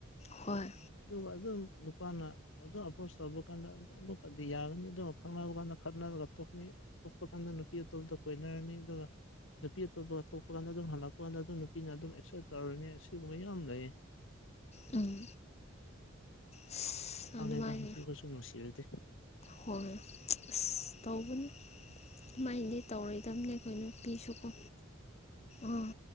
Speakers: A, on the left; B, on the left.
A: ꯍꯣꯏ
B: ꯑꯗꯨꯒ ꯑꯗꯨꯝ ꯅꯨꯄꯥꯅ ꯑꯣꯖꯣ ꯑꯄ꯭ꯔꯣꯁ ꯇꯧꯕ ꯀꯥꯟꯗ ꯑꯃꯨꯛꯀꯗꯤ ꯌꯥꯒꯅꯤ ꯑꯗꯨꯝ ꯐꯪꯅꯕ ꯀꯥꯟꯗ ꯈꯠꯅꯔꯒ ꯇꯣꯛꯅꯤ ꯇꯣꯛꯄ ꯀꯥꯟꯗ ꯅꯨꯄꯤ ꯑꯇꯣꯞꯄꯗꯣ ꯀꯣꯏꯅꯔꯅꯤ ꯑꯗꯨꯒ ꯅꯨꯄꯤ ꯑꯇꯣꯞꯄ ꯑꯇꯣꯞꯄ ꯀꯥꯟꯗ ꯑꯗꯨꯝ ꯍꯜꯂꯛꯄ ꯀꯥꯟꯗ ꯑꯗꯨꯝ ꯅꯨꯄꯤꯅ ꯑꯗꯨꯝ ꯑꯦꯛꯁꯦꯞ ꯇꯧꯔꯅꯤ ꯑꯁꯤꯒꯨꯝꯕ ꯌꯥꯝ ꯂꯩꯌꯦ
A: ꯎꯝ ꯑꯁ
B: ꯌꯥꯝ ꯄꯥꯡꯉꯦꯗ
A: ꯑꯗꯨꯃꯥꯏꯅ
B: ꯅꯨꯄꯤꯈꯣꯏꯁꯨ ꯅꯨꯡꯁꯤꯔꯗꯤ
A: ꯍꯣꯏ ꯑꯁ ꯇꯧꯕꯅꯦ ꯁꯨꯃꯥꯏꯅꯗꯤ ꯇꯧꯔꯣꯏꯗꯕꯅꯦ ꯑꯩꯈꯣꯏꯅꯨꯄꯤꯁꯨꯀꯣ ꯑꯥ